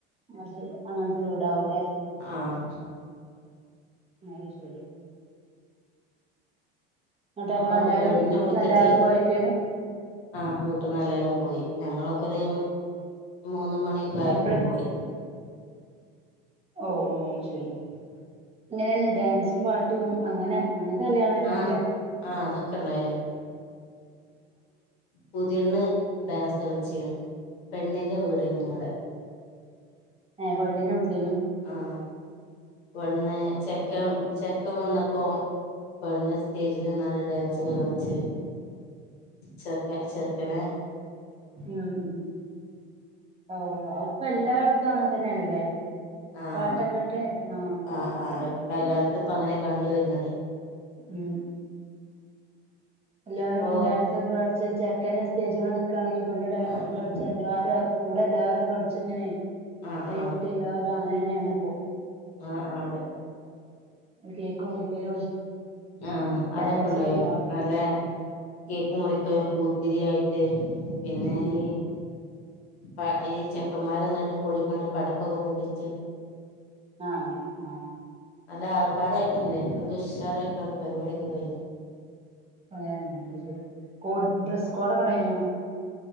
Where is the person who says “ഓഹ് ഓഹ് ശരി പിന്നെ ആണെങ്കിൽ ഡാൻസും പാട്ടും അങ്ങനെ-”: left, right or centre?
Right